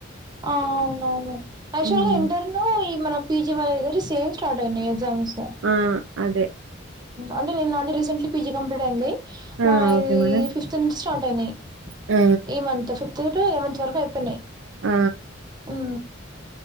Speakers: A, on the right; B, on the right.
A: ఆ అవునవును యాక్చువల్
B: హ్మ్
A: గా ఇంటర్ నూ ఈ మన పీజీ వాల్లయ్ గుడ సేం స్టార్ట్ అయినాయ్ ఎగ్జామ్స్
B: ఆ అదే
A: అంటేనె నాది రీసెంట్లీ పీజీ కంప్లీట్ అయింది
B: ఆ
A: మా
B: ఓకే
A: ఇదీ
B: మేడం
A: ఫిఫ్త్ నుంచి స్టార్ట్ అయినయ్
B: ఆ
A: ఈ month fifth two two eleventh వరకు అయ్ పోయినయ్
B: ఆ
A: అ